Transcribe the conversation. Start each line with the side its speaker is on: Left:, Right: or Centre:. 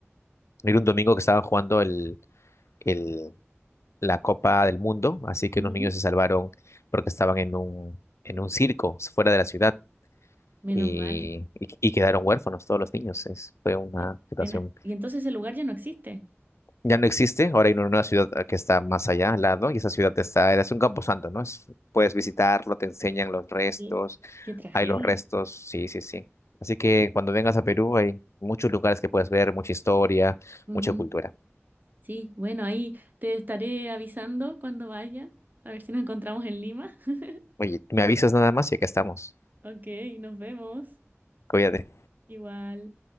Left: era un domingo que estaban jugando el, el, la Copa del Mundo, así que
Right: Ujú.
Left: unos niños se salvaron porque estaban en un, en un circo fuera de la ciudad
Right: Menos
Left: y,
Right: mal.
Left: y, y quedaron huérfanos todos los niños. Es- fue una
Right: Qué
Left: situación
Right: pena. Y entonces el lugar ya no existe.
Left: Ya no existe, ahora hay una ciudad eh, que está más allá, al lado, y esa ciudad está, es un camposanto, ¿no? Es- puedes visitarlo, te enseñan los restos,
Right: Qué, qué tragedia.
Left: hay los restos, sí, sí, sí. Así que cuando vengas a Perú hay muchos lugares que puedes ver, mucha historia,
Right: Ujú.
Left: mucha cultura.
Right: Sí, bueno, ahí te estaré avisando cuando vaya, a ver si nos encontramos en Lima. <laughs>
Left: Oye, me avisas nada más y acá estamos.
Right: Ok, nos vemos.
Left: Cuídate.
Right: Igual.